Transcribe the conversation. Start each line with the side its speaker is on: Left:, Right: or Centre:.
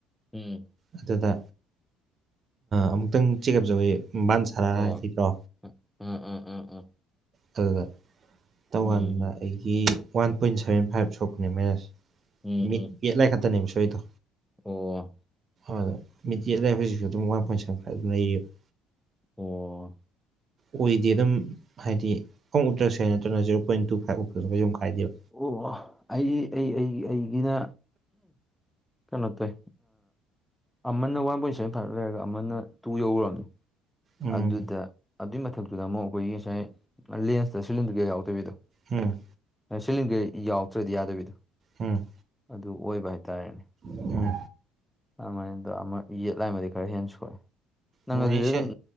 Centre: ꯎꯝ
Right: ꯑꯗꯨꯗ ꯑꯃꯨꯛꯇꯪ ꯆꯦꯛꯑꯞꯖꯧꯋꯤꯕꯥꯟ ꯈꯔ
Centre: ꯑꯣ
Right: ꯍꯥꯏ ꯂꯤꯗ꯭ꯔꯣ
Centre: ꯑꯥ ꯑꯥ ꯑꯥ ꯑꯥ
Right: ꯑꯗꯨꯒ ꯇꯧꯀꯥꯟꯗ
Centre: ꯎꯝ
Right: ꯑꯩꯒꯤ ꯋꯥꯟ ꯄꯣꯏꯟ ꯁꯚꯦꯟ ꯐꯥꯏꯚ ꯁꯣꯛꯄꯅꯦ ꯃꯅꯁꯦ
Centre: ꯎꯝ
Right: ꯃꯤꯠ
Centre: ꯎꯝ
Right: ꯌꯦꯠꯥꯏ ꯈꯛꯇꯅꯦꯃꯤ ꯁꯣꯏꯗꯣ
Centre: ꯑꯣ
Right: ꯑꯗ ꯃꯤꯇꯦꯠꯗ ꯍꯧꯖꯤꯛꯁꯨ ꯑꯗꯨꯝ ꯋꯥꯟ ꯄꯣꯏꯟ ꯁꯕꯦꯟ ꯐꯥꯏꯚ ꯑꯗꯨꯝ ꯂꯩꯔꯤꯕꯑ
Centre: ꯑꯣ
Right: ꯑꯣꯏꯗꯦ ꯑꯗꯨꯝ ꯍꯥꯏꯗꯤ ꯄꯪ ꯎꯞꯇ꯭ꯔꯁꯦ ꯅꯠꯇ꯭ꯔꯅ ꯖꯦꯔꯣ ꯄꯣꯏꯟ ꯇꯨ ꯐꯥꯏꯚ ꯎꯞꯇ꯭ꯔꯁꯨ ꯀꯩꯁꯨꯨꯝ ꯀꯥꯏꯗꯦꯕ
Centre: ꯑꯣ ꯑꯩ ꯑꯩ ꯑꯩ ꯑꯩꯒꯤꯅ ꯀꯩꯅꯣ ꯇꯥꯏ ꯑꯃꯅ ꯋꯥꯟ ꯄꯣꯏꯟ ꯁꯕꯦꯟ ꯊꯥꯚ ꯂꯩꯔꯒ ꯑꯃꯅ ꯇꯨ ꯌꯧꯔꯔꯕꯅꯤ
Right: ꯎꯝ
Centre: ꯑꯗꯨꯗ ꯑꯗꯨꯏ ꯃꯊꯛꯇꯨꯗ ꯑꯃꯨꯛ ꯑꯩꯈꯣꯏꯒꯤ ꯉꯁꯥꯏ ꯂꯦꯟꯁꯇ ꯁꯤꯂꯤꯟꯗꯔ ꯀꯌꯥ ꯌꯥꯎꯗꯕꯤꯗꯣ
Right: ꯍꯝ
Centre: ꯁꯤꯂꯤꯡꯒ ꯌꯥꯎꯗ꯭ꯔꯗꯤ ꯌꯥꯗꯕꯤꯗꯣ
Right: ꯎꯝ
Centre: ꯑꯗꯨ ꯑꯣꯏꯕ ꯍꯥꯏꯇꯥꯔꯦꯅꯦ
Right: ꯎꯝ
Centre: ꯑꯗꯨꯃꯥꯏꯅꯗ ꯑꯃ ꯌꯦꯠ ꯂꯥꯏꯃꯗꯤ ꯈꯔ ꯍꯦꯟꯅ ꯁꯣꯛꯦ ꯅꯪ
Right: ꯎꯝ
Centre: ꯑꯗꯨꯗꯤ
Right: ꯑꯩꯁꯦ
Centre: ꯑꯗꯨꯝꯪ